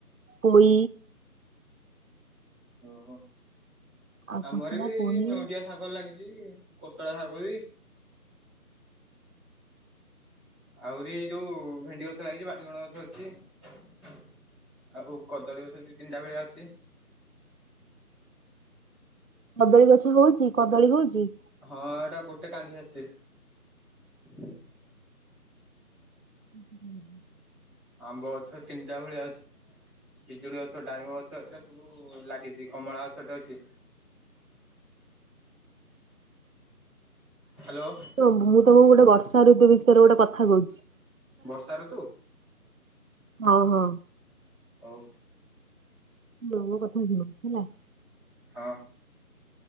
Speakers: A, on the right; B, in the centre.
A: ପୋଇ
B: ଓହୋ
A: ଆଉ
B: ଆମର
A: କୋଶଳା,
B: ବି ଏଇ
A: ପୋଇ
B: ନେଉଟିଆ ଶାଗ ଲାଗିଚି। କୋଶଳା ଶାଗ ବି ଆଉରି ଏଇ ଯୋଉ ଭେଣ୍ଡି ଗଛ ଲାଗିଚି ବାଇଗଣ ଗଛ ଅଛି। ଆଉ କଦଳୀ ଗଷ ଦି ତିନିଟା ଭଳିଆ ଅଛି।
A: <inaudible> କଦଳୀ ଗଛ ହଉଚି କଦଳୀ ହଉଚି?
B: ହଁ ଏଟା ଗୋଟେ କାନ୍ଧି ଆସିଚି।
A: ହୁଁ ହଁ।
B: ଆମ୍ବ ଗଛ ତିନଟା ଭଳିଆ ଅଛି। ପିଜୁଳି ଗଛ ଡାଳିମ୍ବ ଗଛ ଏଟା ସବୁ ଲାଗିଚି କମଳା ଗଛ ଟେ ଅଛି।
A: <inaudible>
B: ହ୍ୟାଲୋ।
A: ଶୁଣ ମୁଁ ତମକୁ ଗୋଟେ ବର୍ଷା ଋତୁ ବିଷୟରେ ଗୋଟେ କଥା କହୁଚି ।
B: ବର୍ଷାଋତୁ।
A: ହଁ ହଁ।
B: ହଉ।
A: ମୋର ଗୋଟେ କଥା ଶୁଣ ହେଲା।
B: ହଁ।